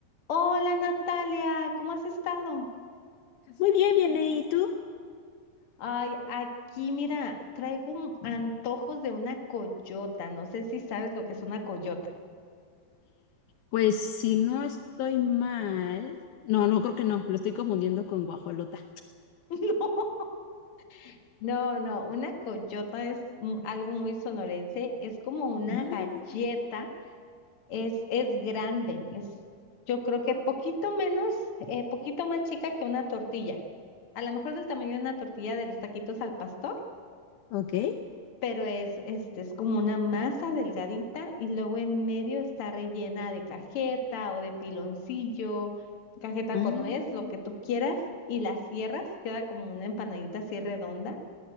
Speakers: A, on the left; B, on the left.
A: Hola Natalia, ¿cómo has estado?
B: Muy bien, bien, ¿y tú?
A: Ay, aquí mira, traigo un- antojos de una coyota. No sé si sabes lo que es una coyota.
B: Pues si no estoy mal, no, no creo que no, lo estoy confundiendo con guajolota.
A: <laughs> No, no, no, una coyota es un- algo muy sonorense. Es como una
B: Ah,
A: galleta, es, es grande, es yo creo que poquito menos, eh, poquito más chica que una tortilla. A lo mejor del tamaño de una tortilla de los taquitos al pastor.
B: ok.
A: pero es, este, es como una masa delgadita y luego en medio está rellena de cajeta o de piloncillo, cajeta
B: Ah,
A: con nuez, lo que tú quieras, y la cierras, queda como una empanadita así redonda